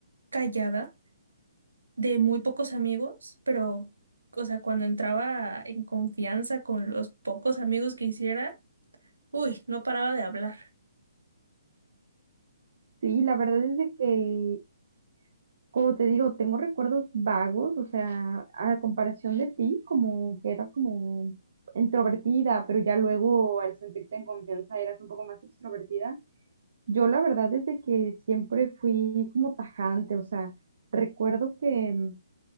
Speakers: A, on the right; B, on the right.
A: callada, de muy pocos amigos, pero, o sea, cuando entraba en confianza con los pocos amigos que hiciera, uy, no paraba de hablar.
B: Sí, la verdad es de que Como te digo, tengo recuerdos vagos, o sea, a comparación de ti, como que eras como introvertida, pero ya luego al sentirte en confianza eras un poco más extrovertida. Yo la verdad es de que siempre fui como tajante, o sea, recuerdo que mm,